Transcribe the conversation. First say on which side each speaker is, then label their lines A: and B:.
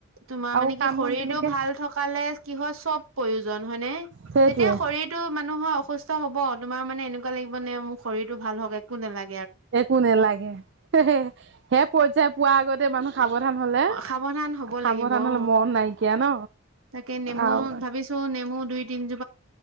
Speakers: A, on the right (about 75°); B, on the right (about 55°).
A: তোমাৰ
B: আৰু
A: মানে
B: কাম
A: কি শৰীৰটো
B: বন তেনেকে
A: ভাল থকালে কি হয় চব প্ৰয়োজন হয়নে?
B: সেইটোৱে
A: যেতিয়া শৰীৰটো মানুহৰ অসুস্থ হ'ব তোমাৰ মানে এনেকোৱা লাগিব নে মোৰ শৰীৰটো ভাল হওক একো নালা
B: একো নালাগে। হে হে, সেই পৰ্যায় পোৱা আগত তে মানুহ সাৱধান হলে
A: সাৱধান হ'ব
B: সাৱধান
A: লাগিব, অ।
B: হলে মৰণ নাইকিয়া ন
A: তাকে নেমু
B: আৰু
A: ভাবিছো নেমু দুই তিন যো